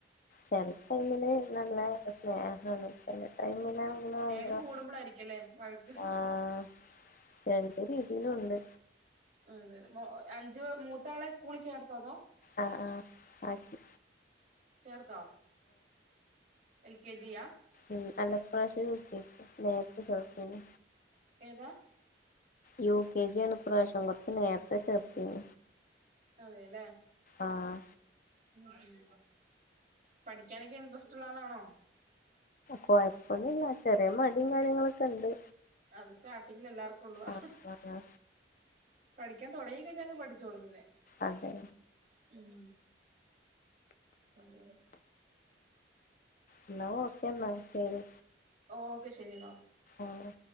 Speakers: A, on the left; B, on the right.
A: ചില ടൈമില് നല്ല സ്നേഹാണ് ചില ടൈമിലാണ്
B: സ്നേഹം
A: <unintelligible>
B: കൂടുമ്പോളായിരിക്കുംല്ലേ വഴക്ക്
A: ആഹ് രണ്ട് രീതിയിലും ഉണ്ട്
B: ആഹ് അതെ അഞ്ച് മൂത്താളെ സ്കൂളിൽ ചേർത്തോതോ
A: ആഹ് ആഹ് ആക്കി
B: ചേർത്തോ എൽ കെ ജിയാ
A: ഉം അല്ല ഇപ്രാവശ്യം യുകെജിയാ നേരത്തെ ചേർത്തിനി
B: ഏതാ
A: യു കെ ജിയാണ് ഇപ്രാവശ്യം കുറചു നേരത്തെ ചേർത്തിന്
B: അതെല്ലേ
A: ആഹ്
B: ആഹാ പഠിക്കാനൊക്കെ ഇൻട്രസ്റ്റ് ഉള്ള ആളാണോ
A: കുഴപ്പൊന്നില്ല ചെറിയ മടിയും കാര്യങ്ങളൊക്കെ ഉണ്ട്
B: അത് സ്റ്റാർട്ടിങ്ങിൽ എല്ലാർക്കും ഉള്ളതാ
A: ആഹ്
B: പഠിക്കാൻ തുടങ്ങി കഴിഞ്ഞാ അങ്ങ് പഠിച്ചോളും പിന്നെ
A: അതെ
B: ഉം അതെ
A: എന്നാ ഓക്കേന്ന ശെരി
B: ഓ ഓക്കെ ശരി എന്നാ ഓക്കെ
A: ആഹ്